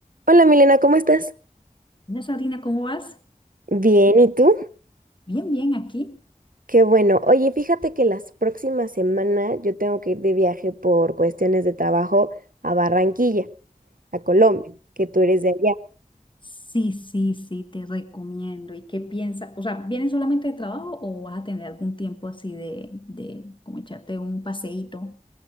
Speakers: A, on the right; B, on the left.
A: Hola Milena, ¿cómo estás?
B: Hola Sabrina, ¿cómo vas?
A: Bien, ¿y tú?
B: Bien, bien, aquí.
A: Qué bueno. Oye, fíjate que las próximas semanas yo tengo que ir de viaje por cuestiones de trabajo a Barranquilla, a Colombia, que tú eres de allá.
B: Sí, sí, sí, te recomiendo. ¿Y qué piensas? O sea, ¿vienes solamente de trabajo o vas a tener algún tiempo así de, de como echarte un paseíto?